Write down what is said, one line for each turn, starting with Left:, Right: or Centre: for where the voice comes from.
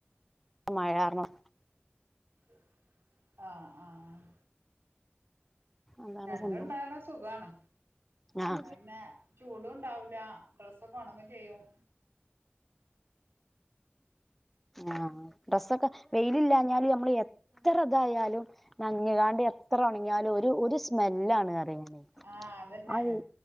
Centre: മഴ കാരണം
Right: <unintelligible> ആഹ് ആഹ്
Centre: അതാണ്
Right: രണ്ടുണ്ടാണ്
Centre: സംഭവം
Right: സുഖാണ്
Centre: ആ
Right: പിന്നെ ചൂട് അതൊണ്ടാവൂല്ല ഡ്രസ്സൊക്കെ ഉണങ്ങേ ചെയ്യും
Centre: ആഹ് ഡ്രസ്സൊക്കെ വെയിലില്ലഞ്ഞാൽ നമ്മള് എത്ര ഇതായാലും നഞ്ഞുകാണ്ട് എത്ര ഉണങ്ങിയാലും ഒരു ഒരു സ്മെല്ലാണ് പറിയുന്ന
Right: ആ അത് തന്നെയാണ്
Centre: അതെ